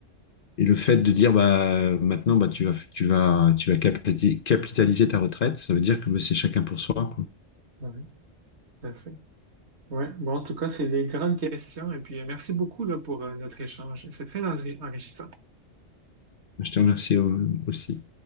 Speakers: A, on the left (about 55°); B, on the right (about 70°).
A: Et le fait de dire bah maintenant bah tu vas tu vas tu vas capitaliser capitaliser ta retraite, ça veut dire que bah, c'est chacun pour soi, quoi.
B: Ben Oui, tout à fait. Ouais, bon, en tout cas, c'est les grandes questions. Et puis, euh, merci beaucoup là, pour euh, notre échange. C'est très enri- enrichissant.
A: Je te remercie euh, aussi.